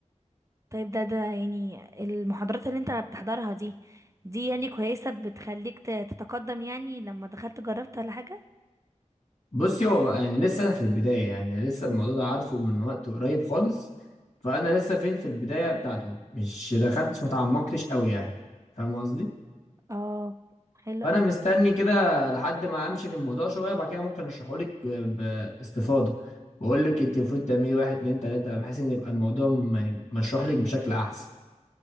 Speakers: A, on the right; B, on the left.
A: طيب ده ده يعني المحاضرات اللي انت بتحضرها دي دي يعني كويسه بتخليك ت- تتقدم يعني لما دخلت جربت ولا حاجه
B: بصي هو يعني لسه انا في البدايه يعني لسه الموضوع ده عارفه من وقت قريب خالص فانا لسه فين في البدايه بتاعته مش دخلتش ما تعمقتش قوي يعني فاهم قصدي
A: اه حلو
B: فانا
A: قوي
B: مستني كده لحد ما امشي في الموضوع شويه بعد كده ممكن اشرحه لك باستفاضه بقول لك انت المفروض تعملي واحد اتنين تلاته بحيث ان يبقى الموضوع م- يعني مشروح لك بشكل احسن